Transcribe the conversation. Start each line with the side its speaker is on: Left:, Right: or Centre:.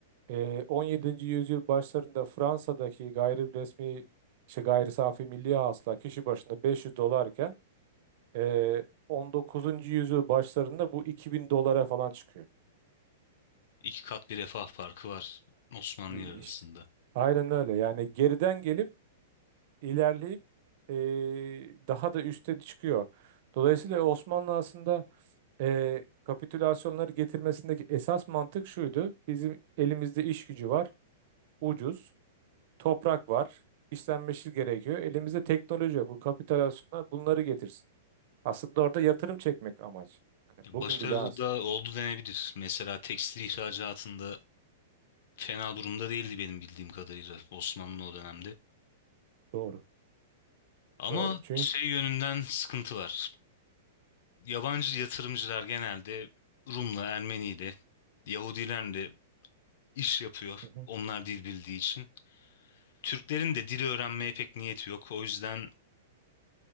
Right: Ee, 17. yüzyıl başlarında Fransa'daki gayri resmi şey, gayri safi milli hasıla kişi başına 500 dolarken ee, 19. yüzyıl başlarında bu 2000 dolara falan çıkıyor.
Left: İki kat bir refah farkı var Osmanlı
Right: E,
Left: ile arasında.
Right: İşte. Aynen öyle. Yani geriden gelip ilerleyip e, daha da üste çıkıyor. Dolayısıyla Osmanlı aslında e, kapitülasyonları getirmesindeki esas mantık şuydu. Bizim elimizde iş gücü var, ucuz. toprak var. işlenmesi gerekiyor. Elimizde teknoloji yok. Bu kapitülasyonlar bunları getirsin. Aslında orada yatırım çekmek amaç. Hani
Left: Hı.
Right: bugün
Left: Başarılı
Right: bile az.
Left: da oldu denebilir. Mesela tekstil ihracatında fena durumda değildi benim bildiğim kadarıyla Osmanlı o dönemde.
Right: Doğru.
Left: Ama
Right: Doğru. Çünkü
Left: şey yönünden sıkıntı var. Yabancı yatırımcılar genelde Rum'la, Ermeni'yle, Yahudilerle iş yapıyor.
Right: Hı hı.
Left: Onlar dil bildiği için. Türklerin de dili öğrenmeye pek niyeti yok. O yüzden